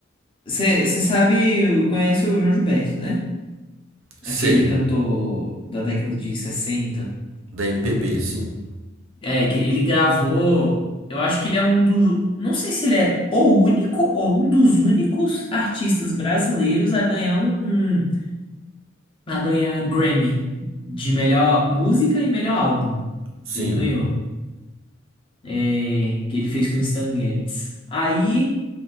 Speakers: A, on the left (about 25°); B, on the right (about 85°).
A: Você você sabe, conhece o João Gilberto, né?
B: Sei,
A: Aquele cantor da década de sessenta
B: da MPB,
A: né?
B: sim.
A: É, que ele gravou. Eu acho que ele é um dos. Não sei se ele é o único ou um dos únicos artistas brasileiros a ganhar um, um- a ganhar Grammy de melhor música e melhor álbum.
B: Sim.
A: Ele ganhou. É, que ele fez com o Stan Getz. Aí.